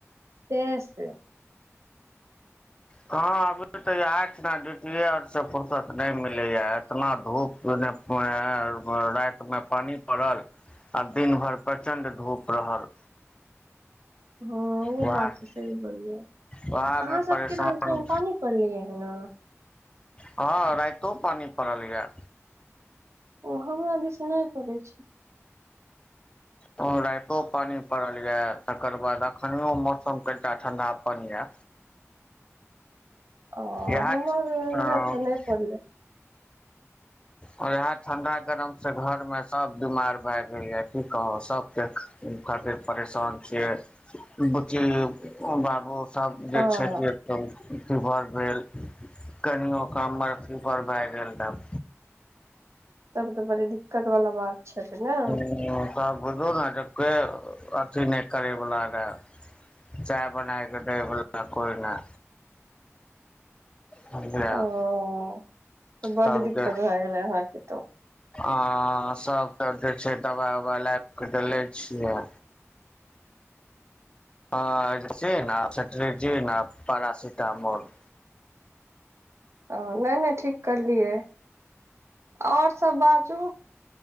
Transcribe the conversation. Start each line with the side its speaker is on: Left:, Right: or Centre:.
Right: तेँ से।
Left: कहाँ अभी तऽ इहें बाद डूटीए आओर सब फुुरसत नहि मिलैया, एतना धूप नेए पडै है पड़ल, राति में पानी पड़ल, आ दिन भरि प्रचंड धूप रहल।
Right: हँ उ
Left: वएह
Right: बात तऽ सही बोललियै है,
Left: वएह
Right: अहाँ
Left: मे परेशान
Right: सबके धान छौ पानी पड़लैया अहिना।
Left: हँ रातिओं पानि पड़ल या।
Right: ओ हमरा दिस नहि परै छै।
Left: हँ रातिओ पानी पड़ल ये, तकर बाद अखनियों मौसम करिटा ठन्डापन ये।
Right: अ
Left: इएह
Right: हम्मर
Left: इएह
Right: इहाँ तऽ नहि पड़ले।
Left: आओर इहै ठन्डा गरम सेँ घर में सब बीमार भय गेलैया, पी क सब कियाक उ खातिर परेशान छियै, बुचि लेब ओ बाबू तब जें
Right: आ
Left: छैय सें एक टम फिवर भेल। कनिऔं केँ हम्मर फिभर भऽ गेल तब।
Right: तब त बड़ी दिक्कत बला बात छलै नैए।
Left: हुं तब। बुझू नें जे के अथी नहि करैबला रहय। चाय बनाय के दैय बला कोइ नहि। बझलौ,
Right: ओ तऽ बड
Left: तबके।
Right: दिक्कत भए गेलै अहाँके तऽ
Left: आँ--सभ तँ जें छै, दवाइ उवाइ लाबि कऽ देलै छियै। अँ ए जे छै ना सेटरिजीन आओर पारासिटामोल।
Right: ओऽ नहि -नहि ठीक करलियैये। और सब बाजू,